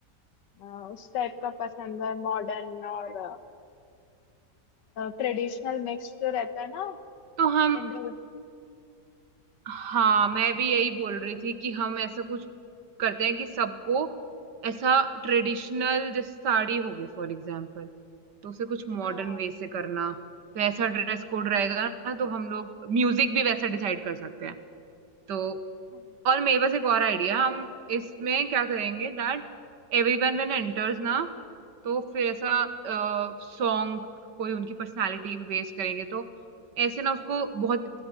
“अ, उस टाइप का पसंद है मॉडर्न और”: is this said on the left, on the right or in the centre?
Left